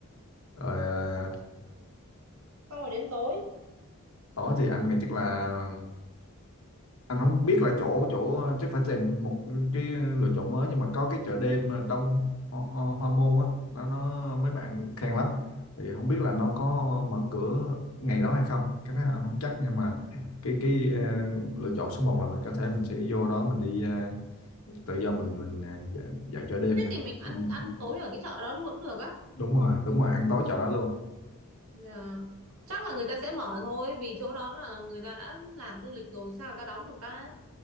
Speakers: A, on the left (about 70°); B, on the right (about 80°).
A: rồi ờ,
B: Xong rồi đến tối.
A: tối thì anh nghĩ chắc là anh không biết là chỗ chỗ chắc phải tìm một cái lựa chọn mới nhưng mà có cái chợ đêm Đông Ho, Ho, Hoa Môn á nó nó mấy bạn khen lắm thì không biết là nó có mở cửa ngày đó hay không cái đó anh không chắc nhưng mà cái cái ờ, lựa chọn số một là mình có thể mình sẽ vô đó mình đi ờ, tự do mình mình ờ, dạo, dạo chợ đêm
B: thế
A: này
B: thì mình ăn
A: Để mình-
B: ăn tối ở cái chợ đó luôn cũng được á
A: đúng rồi đúng rồi ăn tối chợ đó luôn
B: Dạ. chắc là người ta sẽ mở thôi vì chỗ đó là người ta đã làm du lịch rồi sao người ta đóng được ta